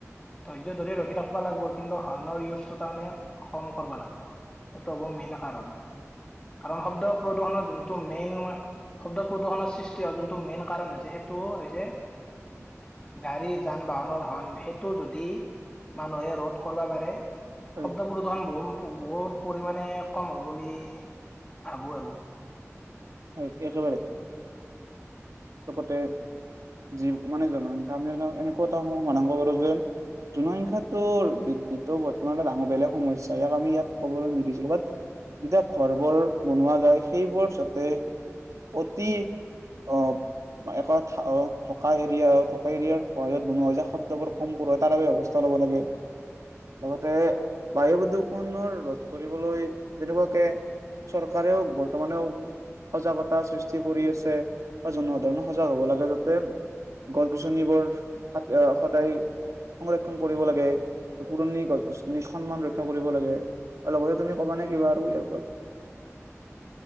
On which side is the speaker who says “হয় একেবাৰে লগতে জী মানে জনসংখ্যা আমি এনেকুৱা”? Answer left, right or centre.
Right